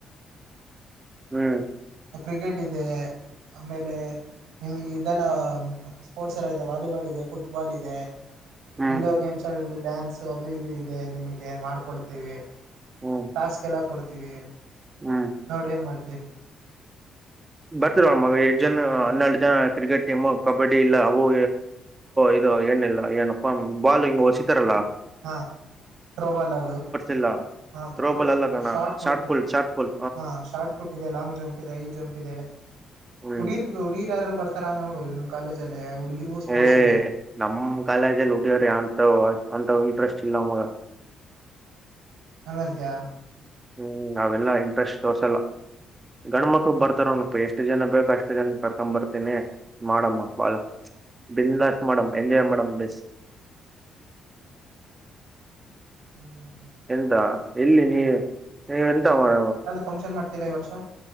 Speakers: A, on the right; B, on the right.
A: ಹ್ಮ್
B: ಕ್ರಿಕೆಟ್ ಇದೆ ಆಮೇಲೆ ನಿಮಗೆ ಇದೆಲ್ಲ ಸ್ಪೋರ್ಟ್ಸ್ ಎಲ್ಲ ಇದೆ ವಾಲಿಬಾಲ್ ಇದೆ ಫುಟ್ಬಾಲ್ ಇದೆ
A: ಹ್ಮ್
B: ಇಂಡೋರ್ ಗೇಮ್ಸ್ ಚಲ್ಡ್ ಡ್ಯಾನ್ಸ್ ಅದು ಇದು ಇದೆ ನಿಮ ಮಾಡ್ಕೊಡ್ತೀವಿ
A: ಹ್ಮ್
B: ಟಾಸ್ಕ್ ಎಲ್ಲ ಕೊಡ್ತೀವಿ
A: ಹ್ಮ್
B: ನೋಡಿ ಏನ್ ಮಾಡ್ತಿವಿ
A: ಬರ್ತರ ಎಷ್ಟ್ ಜನ ಹನ್ನೆರಡು ಜನ ಕ್ರಿಕೆಟ್ ಟೀಮು ಕಬಡ್ಡಿ ಇಲ್ಲ ಅವು ಇದು ಏ್ಣಿಲ್ಲ ಏನಪ್ಪಾ ಬಾಲ್ ಹಿಂಗ ಹೊಸಿತಾರಲ್ಲಾ
B: ಹಾ ಥತ್ರೋಬಾಲ್ ಅದು
A: ಇಲ್ಲ
B: ಹ
A: ಥ್ರೋಬಾಲ್
B: ೋ
A: ಅಲ್ಲ ಕಣ
B: shot put
A: full shot put
B: ಹ ಶಾರ್ಟ್ ಕೊಟ್ಟಿದೆ ಲಾಂಗ್ ಜಂಪ್ ಇದೆ ಹೈ ಜಂಪ್ ಇದೆ
A: ಹ್ಮ್
B: ಉಡೀರ್ ಉಡೀರ್ ಯಾರ ಬರ್ತಾರ ನೋಡು ಇ ಕಾಲೇಜ ಅಲ್ಲೇ ಹುಗಿರಿಗೂ ಸ್ಪೋರ್ಟ್ಸ್
A: ಏ
B: ಇದೆ
A: ನಮ್ ಕಾಲೇಜಲ್ಲಿ ಉಡಿಯ್ರಿ ಅಂತ ಅಂತ ಇಂಟ್ರೆಸ್ಟ್ ಇಲ್ಲ ಅವಗ
B: ಹಂಗಂತಯ
A: ಹ್ಮ್ ಅವೆಲ್ಲಾ ಇಂಟ್ರೆಸ್ಟ್ ತೋರ್ಸಲ್ಲ ಗಂಡ್ ಮಕ್ಳು ಬರ್ತಾರ ಒನಪ್ಪ ಎಷ್ಟು ಜನ ಬೇಕು ಅಷ್ಟು ಜನ ಕರ್ಕೊ್ ಬರ್ತೀನಿ ಮಾಡಮಳ ಬನ್್ಲಾಸ್ ಮಾಡಮ್ ಎಂಜಾಯ್ ಮಾಡಮ್ ಬ
B: ಹ್ಮ್
A: ಎಂತ ಎಲ್ಲಿ ನೀ ನೀವೆಂತ ಮಾಡ
B: ಫಂಕ್ಷನ್್ತಿಲ್ಲ ಈ ವರ್ಷ